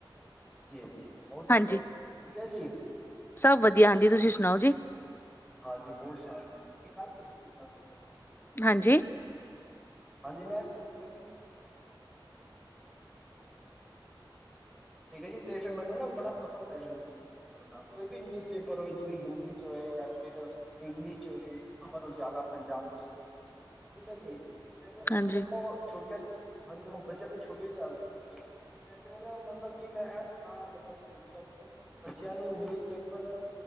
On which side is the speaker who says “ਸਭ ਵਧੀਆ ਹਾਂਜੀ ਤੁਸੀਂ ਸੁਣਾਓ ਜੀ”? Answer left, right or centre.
Left